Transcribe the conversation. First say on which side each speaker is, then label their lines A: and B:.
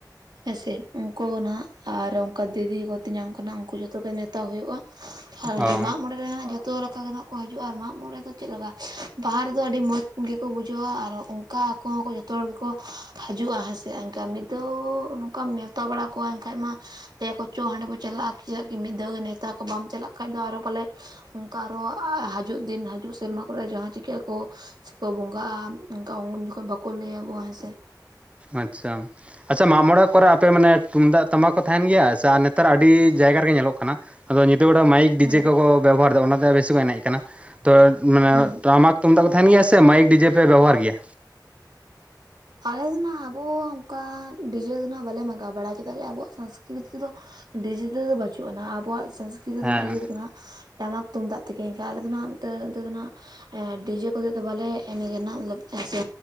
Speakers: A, on the right; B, on the right.
A: ᱦᱮᱸᱥᱮ ᱩᱱᱠᱩ ᱱᱟᱦᱟᱜ ᱟᱨ ᱚᱱᱠᱟ ᱫᱤᱫᱤ ᱠᱚ ᱛᱮᱧᱟᱝ ᱠᱚ ᱱᱟᱜ ᱩᱱᱠᱩ ᱡᱚᱛᱚ ᱜᱮ ᱱᱮᱣᱛᱟ ᱦᱩᱭᱩᱜᱼᱟ <inaudible> ᱟᱨ ᱩᱱᱡᱚᱦᱚᱜ
B: ᱚ
A: ᱢᱟᱜ ᱢᱚᱬᱮ ᱨᱮ ᱡᱚᱛᱚ ᱞᱮᱠᱟ ᱜᱮ ᱱᱟᱜ ᱠᱚ ᱦᱟᱹᱡᱩᱜᱼᱟ ᱢᱟᱜ ᱢᱚᱬᱮ ᱫᱚ ᱪᱮᱫ ᱞᱮᱠᱟ ᱵᱟᱦᱟ ᱨᱮᱫᱚ ᱟᱹᱰᱤ ᱢᱚᱡᱽ ᱜᱮᱠᱚ ᱵᱩᱡᱷᱟᱹᱣᱟ ᱟᱨᱚ <unintelligible> ᱚᱱᱠᱟ ᱟᱠᱚ ᱦᱚᱸᱠᱚ ᱡᱚᱛᱚ ᱦᱚᱲ ᱜᱮᱠᱚ ᱦᱟᱹᱡᱩᱜᱼᱟ ᱦᱮᱸᱥᱮ ᱮᱱᱠᱟ ᱢᱤᱫ ᱫᱷᱟᱣ ᱚᱱᱠᱟᱢ ᱱᱮᱣᱛᱟ ᱵᱟᱲᱟ ᱠᱚᱣᱟ ᱮᱱᱠᱷᱟᱡ ᱢᱟ ᱞᱟᱹᱭ ᱟᱠᱚ ᱪᱚ ᱦᱟᱸᱰᱮ ᱵᱚ ᱪᱟᱞᱟᱜᱼᱟ᱾ ᱪᱮᱫᱟᱜ ᱠᱤ ᱢᱤᱫ ᱫᱷᱟᱣ ᱜᱮ ᱱᱮᱣᱛᱟ ᱠᱟ ᱵᱟᱢ ᱪᱟᱞᱟᱜ ᱠᱷᱟᱡ ᱫᱚ ᱟᱨᱚ ᱯᱟᱞᱮ ᱚᱱᱠᱟ ᱟᱨᱚ ᱦᱤᱡᱩᱜ ᱫᱤᱱ ᱦᱤᱡᱩᱜ ᱥᱮᱨᱢᱟ ᱠᱚᱨᱮᱜ ᱡᱟᱦᱟᱸ ᱪᱤᱠᱟᱹ ᱠᱚ ᱥᱮᱠᱚ ᱵᱚᱸᱜᱟᱜᱼᱟ, ᱚᱱᱠᱟ ᱩᱱ ᱡᱚᱠᱷᱚᱱ ᱵᱟᱠᱚ ᱞᱟᱹᱭ ᱟᱵᱚᱜᱼᱟ ᱦᱮᱸ ᱥᱮ
B: ᱟᱪᱪᱷᱟ ᱟᱪᱪᱷᱟ ᱢᱟᱜ ᱢᱚᱬᱮ ᱠᱚᱨᱮ ᱟᱯᱮ ᱢᱟᱱᱮ ᱛᱩᱢᱫᱟᱜ ᱴᱟᱢᱟᱠ ᱠᱚ ᱛᱟᱦᱮᱱ ᱜᱮᱭᱟ, ᱥᱮ ᱟᱨ ᱱᱮᱛᱟᱨ ᱟᱹᱰᱤ ᱡᱟᱭᱜᱟ ᱨᱮᱜᱮ ᱧᱮᱞᱚᱜ ᱠᱟᱱᱟ᱾ ᱟᱫᱚ ᱧᱤᱫᱟᱹ ᱵᱮᱲᱟ ᱢᱟᱭᱤᱠ ᱰᱤᱡᱮ
A: ᱦᱩᱸ
B: ᱠᱚᱠᱚ ᱵᱮᱵᱚᱦᱟᱨᱫᱟ᱾ ᱚᱱᱟᱛᱮ ᱵᱮᱥᱤ ᱠᱚ ᱮᱱᱮᱡ ᱠᱟᱱᱟ᱾ ᱛᱚ ᱢᱟᱱᱮ
A: ᱦᱩᱸ
B: ᱴᱟᱢᱟᱠ ᱛᱩᱢᱫᱟᱜ ᱠᱚ ᱛᱟᱦᱮᱱ ᱜᱮᱭᱟ ᱥᱮ, ᱢᱟᱭᱤᱠ ᱰᱤᱡᱮ ᱯᱮ ᱵᱮᱵᱚᱦᱟᱨ ᱜᱮᱭᱟ?
A: ᱟᱞᱮ ᱫᱚ ᱟᱸᱜ ᱟᱵᱚ ᱚᱱᱠᱟ ᱰᱤᱡᱮ ᱫᱚ ᱱᱟᱸᱜ ᱵᱟᱞᱮ ᱢᱟᱜᱟᱣ ᱵᱟᱲᱟ ᱪᱮᱫᱟᱜ ᱜᱮ ᱟᱵᱚᱣᱟᱜ ᱥᱚᱝᱥᱠᱨᱤᱛ ᱨᱮᱫᱚ ᱰᱤᱡᱤᱴᱮᱞ ᱫᱚ ᱵᱟᱪᱩᱜ ᱟᱱᱟ, ᱟᱵᱚᱣᱟᱜ ᱥᱚᱝᱥᱠᱨᱤᱛᱤ
B: ᱦᱮᱸ
A: ᱫᱚᱱᱟᱜ ᱤᱭᱟᱹ ᱛᱮ ᱫᱚ ᱠᱟᱱᱟ ᱴᱟᱢᱟᱠ ᱛᱩᱢᱫᱟᱜ ᱛᱮᱜᱮ, ᱮᱱᱠᱟᱱ ᱟᱞᱮ ᱫᱚ ᱱᱟᱜ ᱛᱮ ᱱᱚᱛᱮ ᱫᱚ ᱱᱟᱜ ᱰᱤᱡᱮ ᱠᱚᱨᱮ ᱫᱚ ᱵᱟᱞᱮ ᱮᱱᱮᱡᱼ ᱟ ᱱᱟᱜ ᱞᱟᱹ ᱦᱮᱸᱥᱮ